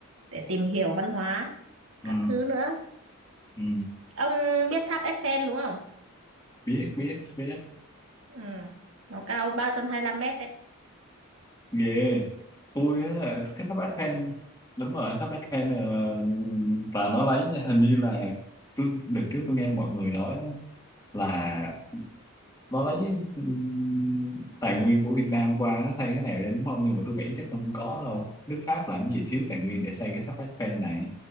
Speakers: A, on the right; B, on the left.
A: để tìm hiểu văn hóa
B: ừ,
A: các thứ nữa
B: ừ.
A: ông biết tháp Eiffel đúng không
B: biết biết biết
A: Ừ. Nó cao ba trăm hai lăm mét đấy.
B: ghê tôi á cái tháp bát khen đúng rồi tháp bát khen ờ, là nó lấy hình như là tôi được trước tôi nghe mọi người nói á, là nó lấy ừm, tài nguyên của Việt Nam qua nó xây cái này lên đúng không nhưng mà tôi nghĩ chắc không có đâu nước Pháp làm gì thiếu tài nguyên để xây cái tháp Eiffel này